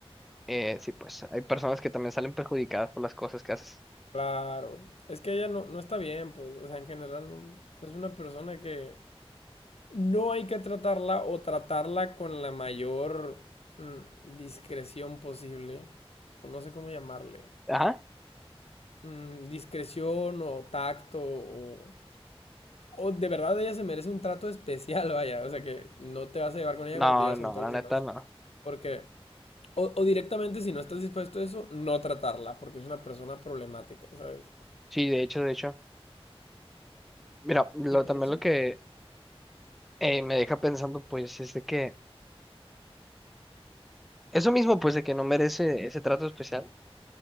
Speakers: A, in the centre; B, on the left.
A: eh, sí, pues hay personas que también salen perjudicadas por las cosas que haces.
B: Claro. Es que ella no, no está bien, pues. O sea, en general no, es una persona que no hay que tratarla o tratarla con la mayor mm, discreción posible. O no sé cómo llamarle.
A: Ajá.
B: Mm, discreción o tacto o... O de verdad ella se merece un trato especial, vaya. O sea que no te vas a llevar con ella como
A: No,
B: te llevas
A: no,
B: con todos
A: la
B: los
A: neta,
B: demás.
A: no.
B: Porque... O, o directamente, si no estás dispuesto a eso, no tratarla, porque es una persona problemática, ¿sabes?
A: Sí, de hecho, de hecho. Mira, lo,
B: Y pues
A: también
B: así.
A: lo que eh, me deja pensando, pues, es de que eso mismo, pues, de que no merece ese trato especial.